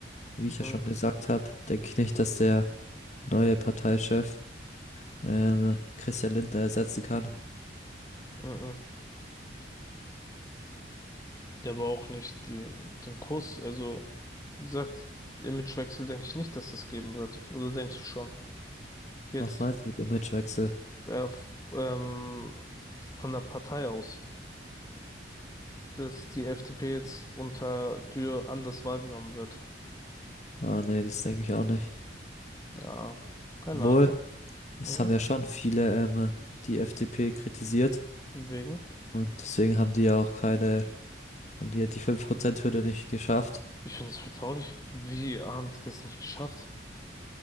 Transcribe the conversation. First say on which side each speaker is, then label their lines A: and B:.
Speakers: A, on the left; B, on the left.
A: wie
B: Mhm.
A: ich ja schon gesagt habe, denke ich nicht, dass der neue Parteichef ähm, Christian Lindner ersetzen kann.
B: Mhm. der aber auch nicht die, den Kuss. Also, wie gesagt, Imagewechsel denke ich nicht, dass es geben wird. Oder denkst du schon? Jetzt
A: Was meinst du mit Imagewechsel?
B: äh, f- ähm, von der Partei aus, dass die FDP jetzt unter Dürr anders wahrgenommen wird.
A: Ah, nee, das denke ich auch nicht.
B: Ja, keine
A: Wohl,
B: Ahnung.
A: es
B: Mhm.
A: haben ja schon viele ähm, die FDP kritisiert
B: Wegen.
A: und deswegen haben die ja auch keine, haben die ja die fünf Prozent hürde nicht geschafft.
B: Ich finde es vertraulich. Wie haben die das nicht geschafft?